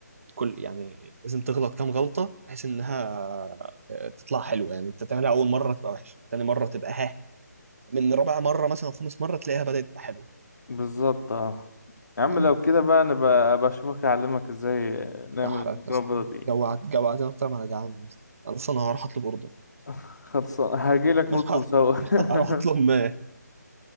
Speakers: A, on the right (about 50°); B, on the left (about 70°).
A: كل يعني لازم تغلط كم غلطه بحيث انها آه، تطلع حلوه يعني انت تعملها اول مره تبقى وحشه تاني مره تبقى ها من رابع مرة مثلا أو خامس مرة تلاقيها بدأت تبقى حلوة
B: بالظبط اه يا عم
A: آه،
B: لو كده بقى انا بقى بشوفك اعلمك ازاي نعمل
A: أحرق
B: المكرونة
A: يا اسطى
B: البيضة دي
A: جوعت جوعتني أكتر ما أنا جعان يا اسطى أنا أصلا هروح أطلب أوردر
B: <laughs> خلصان هاجيلك
A: <laughs>
B: نطلب سوا
A: هروح
B: <laughs>
A: أطلب ما